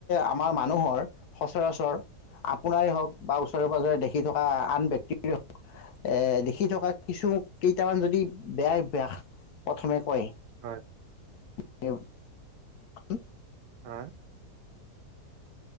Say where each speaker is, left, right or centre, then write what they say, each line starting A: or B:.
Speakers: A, on the left; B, on the right.
A: আমাৰ মানুৰ সচৰাচৰ আপোনাৰে হওক বা ওচৰে-পাজৰে দেখি থকা আন ব্যক্তিপীৰ এ দেখি থকা কিছু কেইটামান যদি বেয়া অভ্যাস প্ৰথমে কয়।
B: হয় ।
A: <unintelligible> <unintelligible>
B: আৰ